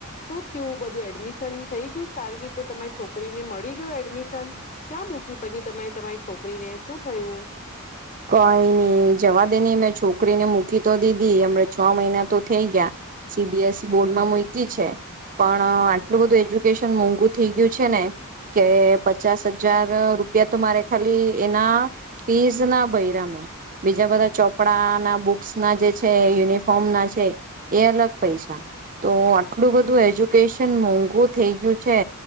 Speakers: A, on the left (about 35°); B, on the right (about 35°).
A: શું થયું બધું એડમિશન થઈ ગયું સારી રીતે તમારી છોકરીને મળી ગયું એડમિશન ક્યાં મૂકી પછી તમે તમારી છોકરીને શું થયું
B: કઈ નઈ જવા દે ન મેં છોકરીને મૂકી તો દીધી હમણા છ મહિના તો થઈ ગયા સીબીએસઇ બોર્ડમાં મૂકી છે પણ આટલું બધું એજુ મોંઘું થઈ ગયું છે ને કે પચાસ હજાર રૂપિયા તો મારે ખાલી એના ફીસ ના ભયરામે બીજા બધા ચોપડા ના બુક્સ ના જે છે યુનિફોર્મ ના છે એ અલગ પૈસા તો આટલું બધું એજ્યુકેશન મોંઘુ થઈ ગયું છે